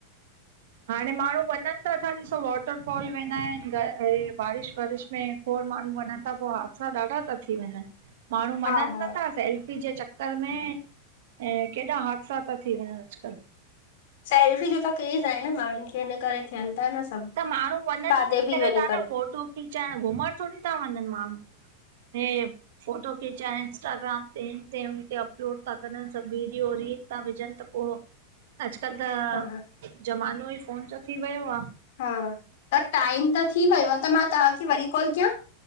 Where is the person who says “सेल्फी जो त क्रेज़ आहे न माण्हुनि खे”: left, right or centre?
Left